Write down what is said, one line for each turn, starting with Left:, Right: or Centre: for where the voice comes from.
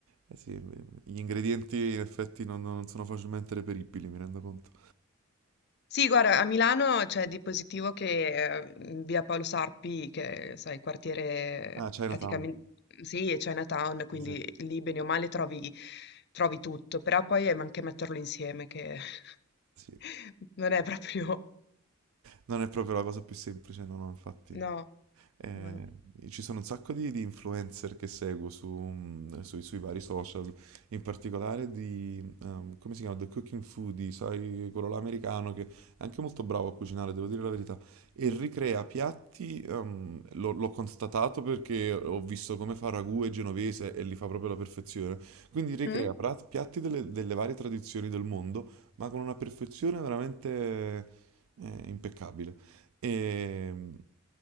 Right: Eh sì, gli ingredienti in effetti non, non sono facilmente reperibili, mi rendo conto.
Left: Sì, guarda, a Milano c'è di positivo che, ehm, in via Paolo Sarpi, che sai, quartiere
Right: Ah, Chinatown.
Left: praticamen sì, è Chinatown, quindi
Right: Sì.
Left: lì bene o male trovi, trovi tutto, però poi è anche metterlo insieme che
Right: Sì.
Left: <laughs> non è proprio...
Right: Non è proprio la cosa più semplice, no, no, infatti.
Left: No,
Right: Eh,
Left: no, no.
Right: ci sono un sacco di, di influencer che seguo su, mm, sui, sui vari social, in particolare di, ehm, come si chiama? The Cooking Foodie, sai, quello là americano che è anche molto bravo a cucinare, devo dire la verità, e ricrea piatti, ehm, l'ho l'ho constatato perché ho visto come fa ragù e genovese e li fa proprio alla perfezione, quindi ricrea
Left: Mm?
Right: prat- piatti delle, delle varie tradizioni del mondo, ma con una perfezione veramente, eh, impeccabile. E,